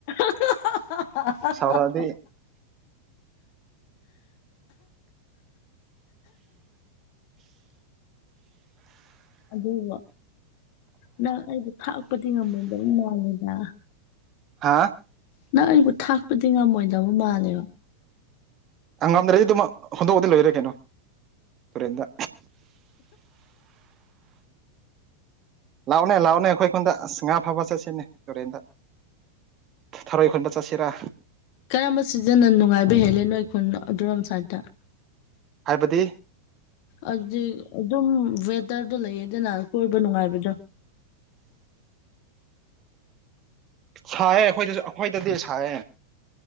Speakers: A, on the left; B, on the right.
A: ꯍꯥ ꯍꯥ ꯍꯥ
B: ꯁꯥꯎꯔꯛꯑꯗꯤ
A: ꯑꯗꯨꯕꯨ ꯅꯪ ꯑꯩꯕꯨ ꯊꯥꯛꯄꯗꯤ ꯉꯝꯃꯣꯏꯗꯕ ꯃꯥꯜꯂꯦꯗ꯫
B: ꯍꯥꯥ
A: ꯅꯪ ꯑꯩꯕꯨ ꯊꯥꯛꯄꯗꯤ ꯉꯝꯃꯣꯏꯗꯕ ꯃꯥꯜꯂꯦ꯫
B: ꯉꯝꯗ꯭ꯔꯗꯤ ꯑꯗꯨꯝꯃꯛ ꯍꯨꯟꯗꯣꯛꯑꯗꯤ ꯂꯣꯏꯔꯦ ꯀꯩꯅꯣ ꯇꯨꯔꯦꯟꯗ ꯂꯥꯛꯑꯣꯅꯦ ꯂꯥꯛꯑꯣꯅꯦ ꯑꯩꯈꯣꯏ ꯈꯨꯣꯟꯗ ꯉꯥ ꯐꯕꯆꯠꯁꯤꯅꯦ ꯇꯨꯔꯦꯟꯗ꯫ ꯊꯔꯣꯏ ꯈꯨꯟꯕ ꯆꯠꯁꯤꯔꯥ
A: ꯀꯔꯝꯕ ꯁꯤꯖꯟꯅ ꯅꯨꯡꯉꯥꯏꯕ ꯍꯦꯜꯂꯤ ꯅꯣꯏ ꯈꯨꯟ ꯑꯗꯨꯔꯣꯝ ꯁ꯭ꯏꯗꯇ꯫
B: ꯍꯥꯏꯕꯗꯤ
A: ꯑꯗꯨꯗꯤ ꯑꯗꯨꯝ ꯋꯦꯗꯔꯗꯣ ꯂꯩꯌꯦꯗꯅ ꯀꯣꯏꯕ ꯅꯨꯡꯉꯥꯏꯕꯗꯣ
B: ꯁꯥꯏꯌꯦ ꯑꯩꯈꯣꯏꯗꯁꯨ ꯑꯩꯈꯣꯏꯗꯗꯤ ꯁꯥꯏꯌꯦ꯫